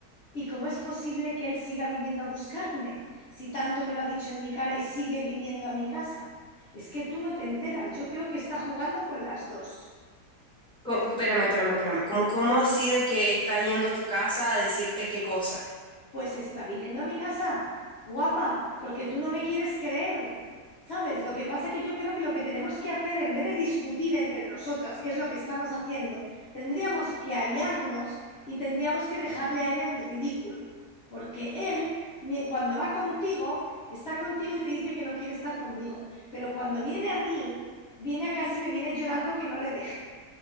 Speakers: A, on the left; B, in the centre.
A: ¿Y cómo es posible que él siga viniendo a buscarme si tanto me lo ha dicho en mi cara y sigue viniendo a mi casa? Es que tú no te enteras, yo creo que está jugando con las dos.
B: Co- espérame, espérame, espérame. ¿Cómo, cómo así de que está yendo a tu casa a decirte qué cosa?
A: pues está viniendo a mi casa, guapa, porque tú no me quieres creer. ¿Sabes? Lo que pasa es que yo creo que lo que tenemos que hacer, en vez de discutir entre nosotras qué es lo que estamos haciendo, tendríamos que aliarnos y tendríamos que dejarle a él en ridículo. Porque él, cuando va contigo, está contigo y te dice que no quiere estar conmigo. Pero cuando viene a mí, viene a casa y me viene llorando que no le deje.